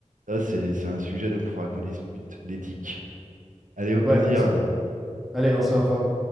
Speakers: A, on the right (about 85°); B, in the centre.
A: ça, c'est c'est un sujet, donc il faudra qu'on discute, l'éthique. Allez, au plaisir.
B: Ouais, c'est ça. Allez, on se revoit.